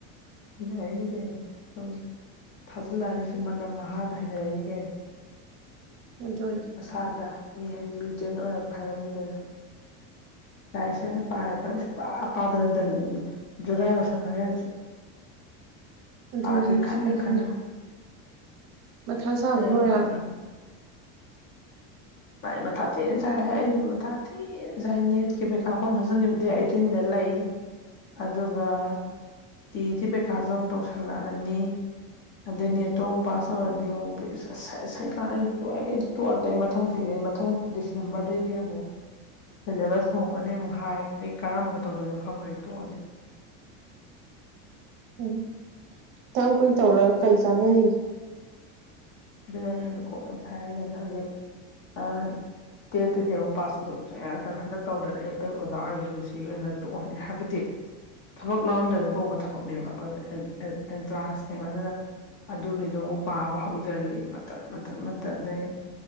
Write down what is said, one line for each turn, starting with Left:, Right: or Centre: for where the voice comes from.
Left: ꯍꯥꯏꯒ <inaudible> ꯁꯨꯝ ꯊꯥꯖꯤꯜꯂꯛꯑꯅꯤ ꯁꯨꯝ ꯃꯅꯝ ꯃꯍꯥꯗ ꯍꯩꯅꯔꯛꯏꯅꯤ ꯀꯩꯅ
Right: ꯑꯗꯨꯅꯦ
Left: ꯑꯁꯥꯗ ꯃꯤ ꯍꯥꯏꯁꯦ ꯃ꯭ꯌꯨꯇꯦꯟ ꯑꯣꯏꯔꯛꯄ ꯍꯥꯏꯕꯅꯩꯗꯅ ꯂꯥꯏꯁꯦ ꯄꯥꯏ ꯈꯂꯥ ꯁꯨꯡ ꯄꯥꯗꯅ ꯖꯨꯔ ꯌꯥꯎꯁꯪꯈ꯭ꯔ
Right: ꯑꯗꯨꯅꯦ
Left: ꯄꯥꯒꯦ
Right: ꯍꯥꯏꯁꯦ
Left: ꯈꯟꯅ
Right: ꯑꯩꯁꯨꯅꯦ
Left: ꯈꯟꯅ
Right: ꯃꯊꯥ ꯁꯥꯕꯅ
Left: ꯑꯩ ꯌꯥꯝ
Right: ꯂꯣꯏꯔꯦ
Left: ꯀꯂꯤ
Right: ꯍꯥꯏꯕ
Left: ꯃꯊꯥ ꯇꯤ ꯁꯥꯏ ꯑꯩꯁꯨ ꯃꯊꯥ ꯇꯤ ꯁꯥꯏ ꯅꯦꯠꯀꯤ ꯄꯩꯀꯥꯐꯝ ꯍꯥꯖꯤꯟꯈꯤꯕꯗꯤ ꯑꯩꯠꯇꯤꯟꯗ ꯂꯩ ꯐ ꯑꯗꯨꯒ ꯇꯦꯀꯤ ꯄꯩꯈꯥꯁꯨ ꯑꯃꯨꯛ ꯇꯧꯁꯜꯂꯛꯑꯅꯤ ꯑꯗꯩ ꯅꯦꯠꯇꯣ ꯑꯃꯨꯛ ꯄꯥꯁ ꯇꯧꯔꯗꯤ ꯑꯃꯨꯛ ꯁꯥꯏꯀꯛꯇꯣꯛꯑꯦꯛꯇ ꯑ ꯑꯩ ꯃꯊꯪ ꯆꯍꯤ ꯑꯩ ꯃꯊꯪ ꯗꯤꯁꯦꯝꯕꯔꯗꯒꯤꯗꯤ ꯑꯃꯨꯛ ꯁꯦꯂꯦꯕꯁ ꯍꯣꯡꯉꯅꯤ ꯑꯃꯨꯛ ꯍꯥꯏ ꯑꯩ ꯀꯔꯝꯕ ꯇꯧꯗꯣꯏꯅꯣ ꯈꯪꯗꯣꯏ ꯇꯣꯛꯑꯅꯤ
Right: ꯎꯝ ꯁꯨꯀꯌ꯭ꯥꯝ ꯀꯨꯏꯅ ꯇꯧꯔꯒ ꯀꯩ ꯆꯥꯟꯅꯔꯤ
Left: ꯑꯗꯨ ꯅꯀꯣ ꯌꯥꯝ ꯐꯥꯏꯅꯦ ꯑꯗꯨ ꯍꯦ ꯑ ꯇꯦꯠꯇꯨꯗꯤ ꯑꯃꯨꯛ ꯄꯥꯁ ꯇꯧꯗꯕ ꯁꯨꯀꯌꯥ ꯌꯥꯗꯕꯥ ꯍꯟꯗꯛ ꯇꯧꯗꯅ ꯑꯩ ꯑꯩ ꯑꯣꯖꯥ ꯑꯣꯏꯕ ꯄꯨꯟꯁꯤꯒꯤ ꯑꯣꯏꯅ ꯇꯣꯛꯍꯟꯅꯤ ꯍꯥꯏꯕꯗꯤ ꯊꯕꯛ ꯂꯧꯔꯝꯗꯗ ꯀꯧꯕ ꯊꯕꯛꯅꯦꯕ ꯑꯦꯟꯇ꯭ꯔꯥꯟꯁꯅꯦꯕ ꯑꯗꯨꯅ ꯑꯗꯨꯒꯤꯗꯨ ꯑꯃꯨꯛ ꯄꯥꯕ ꯍꯧꯖꯤꯜꯂꯤ ꯃꯇꯥꯠ ꯃꯇꯥꯠ ꯃꯇꯥꯠ ꯑꯗꯩ